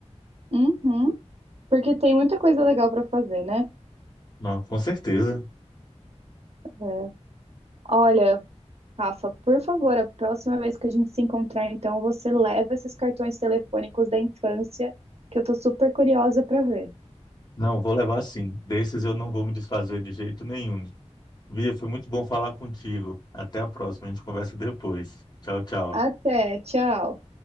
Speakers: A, on the right; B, on the left.
A: Uhum. Porque tem muita coisa legal para fazer, né?
B: Não, com certeza.
A: É. Olha, Rafa, por favor, a próxima vez que a gente se encontrar, então, você leva esses cartões telefônicos da infância, que eu tô super curiosa para ver.
B: Não, vou levar sim. Desses eu não vou me desfazer de jeito nenhum. Bia, foi muito bom falar contigo. Até a próxima, a gente conversa depois. Tchau, tchau.
A: Até, tchau.